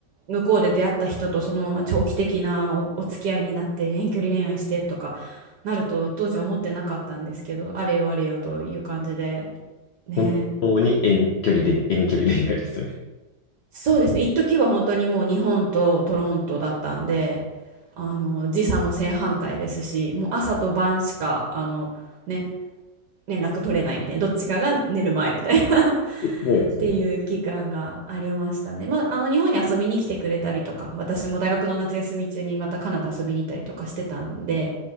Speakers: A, on the right; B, on the left.
A: 向こうで出会った人とそのまま長期的なお、お付き合いになって遠距離恋愛してとかなると当時は思ってなかったんですけど、あれよあれよという感じで、ね、
B: 本当に遠距離恋、遠距離恋愛ですよね。
A: そうですね、一時は本当にもう日本とトロントだったんで、あの時差も正反対ですし、もう朝と晩しかあの、ね、連絡取れないみたいな、どっちかが寝る前みたいな <laughs> っ
B: そうですよね。
A: ていう期間がありましたね。まあ、あの日本に遊びに来てくれたりとか、私も大学の夏休み中にまたカナダ遊びに行ったりとかしてたんで、